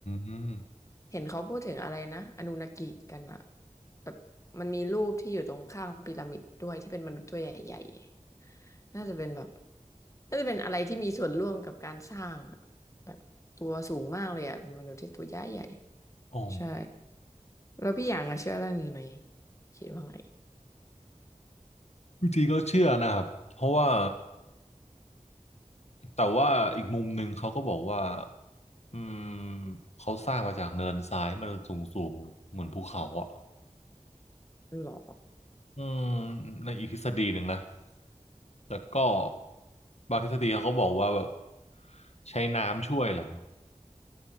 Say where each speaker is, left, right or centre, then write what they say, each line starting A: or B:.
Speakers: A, on the left; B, on the left.
A: ม
B: เห็นเขาพูดถึงอะไรนะอนูนากิกันอะแบบมันมีรูปที่อยู่ตรงข้างพีระมิดด้วยที่เป็นมนุษย์ตัวใหญ่ๆน่าจะเป็นแบบน่าจะเป็นอะไรที่มีส่วนร่วมกับการสร้างอะแบบตัวสูงมากเลยอะเป็นมนุษย์ที่ตัวใหญ่ใหญ่
A: อ๋อ
B: ใช่แล้วพี่อยางอะเชื่อเรื่องนี้ไหมคิดว่าไง
A: จริงๆก็เชื่อนะครับเพราะว่าแต่ว่าอีกมุมหนึ่งเขาก็บอกว่าอืมเขาสร้างมาจากเนินทรายมันสูงสูงเหมือนภูเขาอะ
B: หรอ
A: อืม ในอีกทฤษฎีหนึ่งนะแต่ก็บางทฤษฎีเขาก็บอกว่าแบบใช้น้ำช่วยเหรอ